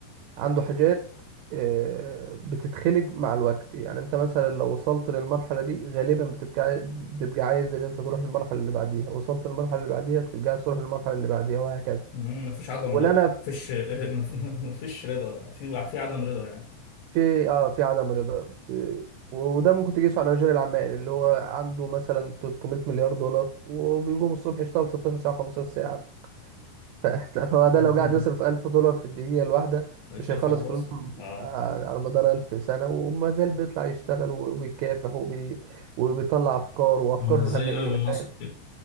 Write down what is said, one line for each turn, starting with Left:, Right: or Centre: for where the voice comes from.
Right: عنده حاجات آه، بتتخلق مع الوقت يعني انت مثلا لو وصلت للمرحلة دي غالبا بتبقى عاي- بتبقى عايز ان انت تروح للمرحلة اللي بعديها وصلت للمرحلة اللي بعديها بتبقى عايز تروح للمرحلة اللي بعديها وهكذا
Left: مم، مفيش عدم
Right: ولا
Left: رضا
Right: انا
Left: يعني
Right: في
Left: مفيش <laughs> مفيش رضا في في عدم رضا يعني
Right: في- اه في عدم رضا ب- وده ممكن تقيسه على رجال الاعمال اللي هو عنده مثلا 300 مليار دولار وبيقوم الصبح يشتغل 16 ساعة 15 ساعة ف- <laughs> فهو
Left: <laughs>
Right: ده لو قاعد يصرف 1000 دولار في الدقيقة الواحدة
Left: مش
Right: مش
Left: هيخلصوا
Right: هيخلص فلوسه
Left: اه
Right: على على مدار 1000 سنة وما زال بيطلع يشتغل وبيكافح وبي... وبيطلع أفكار وأفكار
Left: زي
Right: جهنمية
Left: ايلون ماسك
Right: فاهم
Left: كده